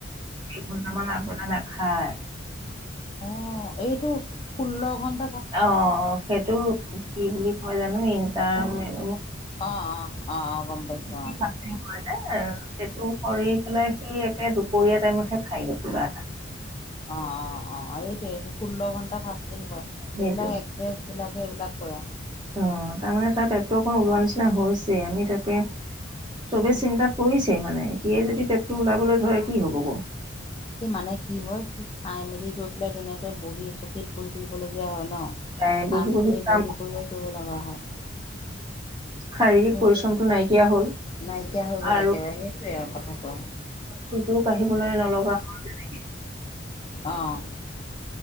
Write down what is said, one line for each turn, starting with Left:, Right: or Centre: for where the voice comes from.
Right: স তা মানে আগ বেলা নাখায়
Left: অ এইটো ষোল্ল ঘন্টা
Right: অ অ সেইটো কি বুলি হয়জানো ইটা আ
Left: অ অ অ অ গম পাইছোঁ
Right: কি
Left: অ
Right: ভাগ কয় সেইটো কৰি পেলাই সি একে দুপৰীয়া টাইমতহে খাই গে কিবা এটা
Left: অ অ অ এইটোয়ে ষোল্ল ঘণ্টা ফ
Right: সেইটো
Left: এইবিলাক এক্ট্ৰেছ বিলাক সেইবিলাক কৰা
Right: অ তাৰমানে তাৰ পেটটো অক ওলোৱা নিচিনা হৈছে আমি তাকে চবে চিন্তা কৰিছে মানে এতিয়াই যদি পেটটো ওলাবলৈ ধৰে কি হব বাৰু
Left: স মানে কি হয় সি খাই মেলি গৈ পেলাই ধুনীয়াকে বহি চকীত বহি থাকি ল হয় ন
Right: এ
Left: কাম
Right: বহি
Left: খিনি
Right: কাম
Left: বহি বঢহিয়ে কৰিব লগা হয়
Right: হয় শাৰীৰিক
Left: সেইটোৱে
Right: পৰিশ্ৰমটো নাইকিয়া হল
Left: নাইকিয়া হৈ গ'ল
Right: আৰু
Left: একেবাৰে সেইটোৱে আৰু কথাটো
Right: সুযোগ আহিবলৈ নলগা হল তেনেকে
Left: আহঁ